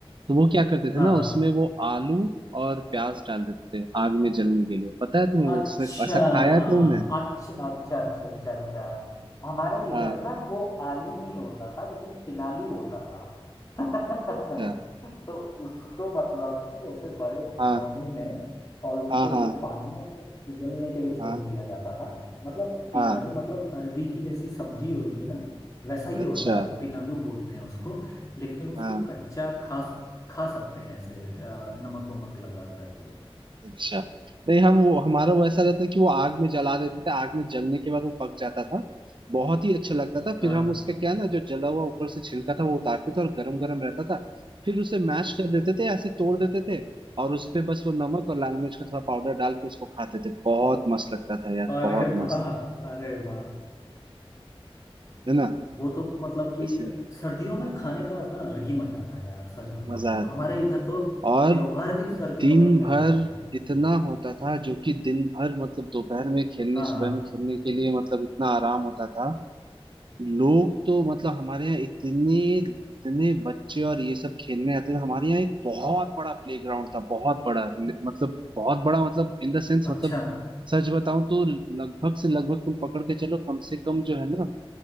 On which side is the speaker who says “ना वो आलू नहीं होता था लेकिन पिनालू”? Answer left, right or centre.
Left